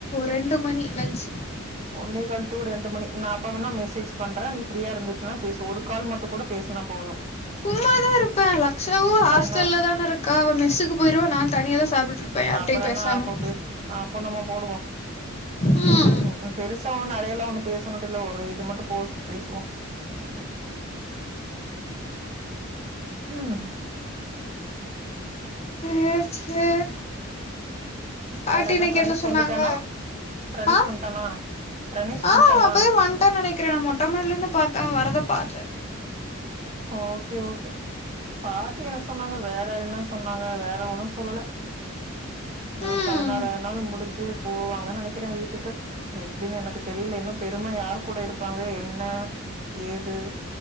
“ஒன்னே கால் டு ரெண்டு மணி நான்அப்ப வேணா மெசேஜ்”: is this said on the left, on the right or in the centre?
Right